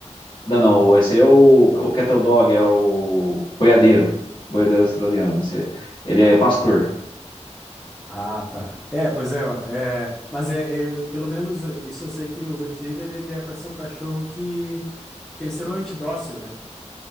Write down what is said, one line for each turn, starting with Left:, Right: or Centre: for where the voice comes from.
Left: Não, não, esse é o, o Cattle Dog, é o boiadeiro, boiadeiro australiano. Esse, ele
Centre: Ah,
Left: é pastor.
Centre: tá. Ah, tá. É, pois é, é, mas é, é, pelo menos isso eu sei que o Retriever ele é para ser um cachorro que que ele é extremamente dócil, né?